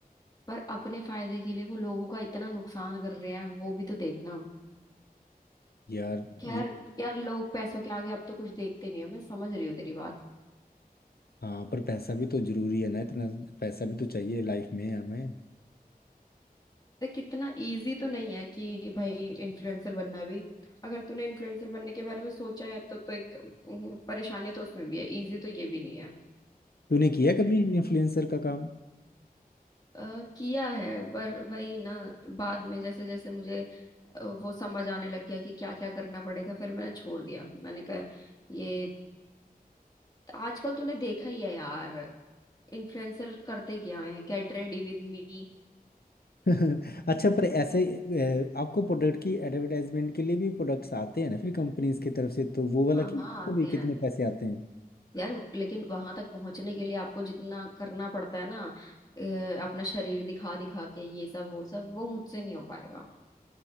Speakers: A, on the left; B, on the left.
A: पर अपने फायदे के लिए वो लोगों का इतना नुकसान कर रहे हैं वो भी तो देखना
B: यार
A: खैर
B: ये
A: यार लोग पैसों के आगे अब तो कुछ देखते नहीं है मैं समझ रही हूँ तेरी बात
B: हाँ पर पैसा भी तो जरूरी है ना इतना पैसा भी तो चाहिए लाइफ में हमें
A: देख इतना इजी तो नहीं है कि भाई इन्फ्लुएंसर बनना भी अगर तूने इन्फ्लुएंसर बनने के बारे में सोचा है तो तो एक अम, परेशानी तो उसमें भी है इजी तो ये भी नहीं है
B: तूने किया कभी इन्फ्लुएंसर का काम
A: अ, किया है पर वही ना बाद में जैसे जैसे मुझे अ, वो समझ आने लग गया कि क्या क्या करना पड़ेगा फिर मैंने छोड़ दिया मैंने कहा ये आजकल तूने देखा ही है यार इन्फ्लुएंसर करते क्या है गेट रेडी विद मी
B: <laughs> अच्छा पर ऐसे अ, आपको प्रोडक्ट की एडवर्टाइजमेंट के लिए भी प्रोडक्ट्स आते हैं ना फिर कंपनीज की तरफ से तो वो वाला
A: हाँ
B: कि
A: हाँ आते
B: भी
A: हैं
B: कितने पैसे आते हैं
A: यार लेकिन वहां तक पहुंचने के लिए आपको जितना करना पड़ता है ना ए, अपना शरीर दिखा दिखा के ये सब वो सब वो मुझसे नहीं हो पाएगा